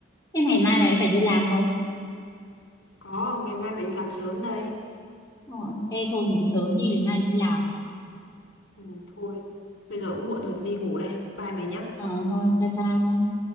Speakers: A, on the left; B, on the left.
A: thế ngày mai mày phải đi làm không
B: Có, ngày mai phải đi làm sớm đây.
A: Ờ, thế thôi ngủ sớm đi để mai đi làm.
B: Ừ, thôi, bây giờ cũng muộn rồi, tôi đi ngủ đây. Bye mày nhá.
A: Ờ, thôi bye bye.